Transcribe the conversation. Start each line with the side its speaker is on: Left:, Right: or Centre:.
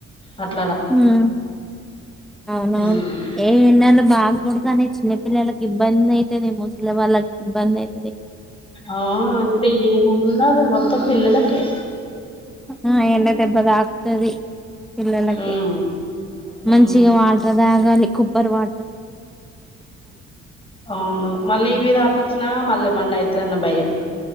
Left: అట్ల
Centre: మ్ ఆ
Left: ఉమ్
Centre: ఏ ఎండలు బా కొడతాన్నయి చిన్న పిల్లలక్ ఇబ్బందయితయి ముసలి వాళ్ళకి ఇబ్బంది అయి
Left: ఆ ఇప్పుడు ఏమున్నరు మొత్తం పిల్లలకే
Centre: మ్ ఎండ దెబ్బ తాక్తది. పిల్లలకి
Left: ఉమ్
Centre: మంచిగా
Left: ఉమ్
Centre: వాటర్ తాగాలి కొబ్బర్ వా
Left: అవును మళ్ళీ ఇవి తాగ్చ్చిన మల్లె మన్న అయితదన్న భయం